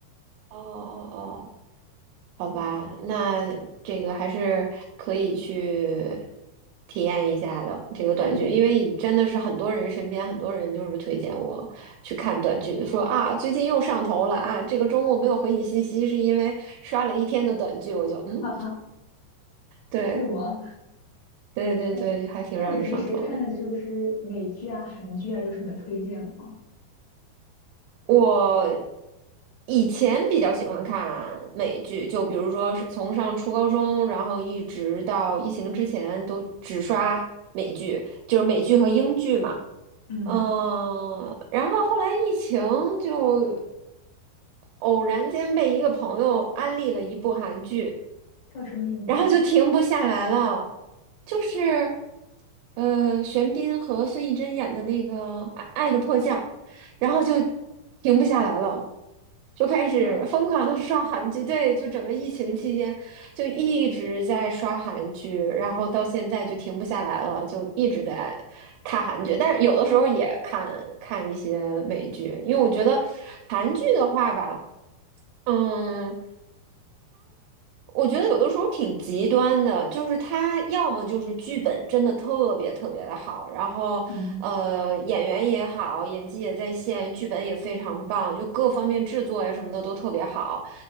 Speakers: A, on the right (about 85°); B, on the left (about 60°).
A: 哦哦哦。好吧，那这个还是可以去体验一下的这个短剧，
B: 那你，
A: 因为真的是很多人身边很多人就是推荐我去看短剧，说啊最近又上头了啊，这个周末没有回你信息是因为刷了一天的短剧，我就嗯，
B: <laughs> 哈哈，
A: 对
B: 是吗？
A: 对对对，
B: 哎，
A: 就还挺让人上头的。
B: 那你平时看的这就是美剧啊、韩剧啊，有什么推荐的吗？
A: 我以前比较喜欢看美剧，就比如说是从上初高中，然后一直到疫情之前，都只刷美剧，就是美剧和英剧嘛。
B: 嗯，
A: 嗯，然后后来疫情就偶然间被一个朋友安利了一部韩剧，
B: 叫什么名字啊
A: 然后就停不下来了，就是呃，玄彬和孙艺珍演的那个《爱爱的迫降》，然后就停不下来了。就开始疯狂的刷韩剧，
B: 是吗？
A: 对，就整个疫情期间就一直在刷韩剧，然后到现在就停不下来了，就一直在看韩剧，但是有的时候也看看一些美剧，因为我觉得韩剧的话吧。嗯。我觉得有的时候挺极端的，就是他要么就是剧本真的特别特别的好，然后呃演员也好，
B: 嗯
A: 演技也在线，剧本也非常棒，就各方面制作呀什么的都特别好。